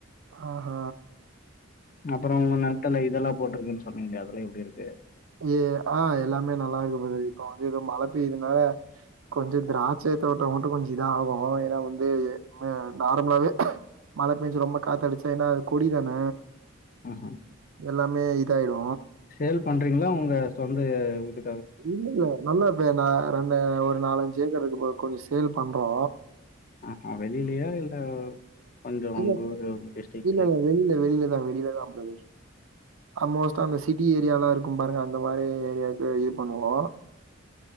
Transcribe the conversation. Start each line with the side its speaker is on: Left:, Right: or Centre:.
Right: அ ஆ
Left: அப்றோ உங்க நெலத்துல இதெல்லா போட்ருக்குன்னு சொன்னீங்களே அதெல்லா எப்டி இருக்கு
Right: ஏ ஆ எல்லாமே நல்லாருக்கு பிரதர் இப்ப வந்து ஏதோ மழ பெய்துனால கொஞ்ச திராட்சை தோட்டோ மட்டு கொஞ்ச இதாகு ஏனா வந்து ஆ நார்மலாவே மழ பேஞ்சு ரொம்ப காத்தடிச்சா ஏன்னா அது கொடி தான
Left: ம்ஹ்ம்.
Right: எல்லாமே இதாய்டு
Left: சேல் பண்றீங்ளா உங்க சொந்த இது
Right: இல்லல்ல நல்லா இப்ப நா ரெண்டு ஒரு நாலஞ்சு ஏக்கரு இருக்கு ப்ரோ இப்போ கொஞ்சோ சேல் பண்றோ
Left: அ ஆ வெளிலியா இல்ல கொஞ்சம்
Right: இல்ல
Left: உங்க ஊரு, உங்க டிஸ்ட்ரிக்ட்குள்ளயே?
Right: இல்லல்ல வெளில வெளிலதா வெளிலதா ப் ப்ரோ அல் மோஸ்டா அந்த சிட்டி ஏரியாலா இரு கும் பாருங்க அந்த மாரி ஏரியாக்கு இது பண்ணுவோ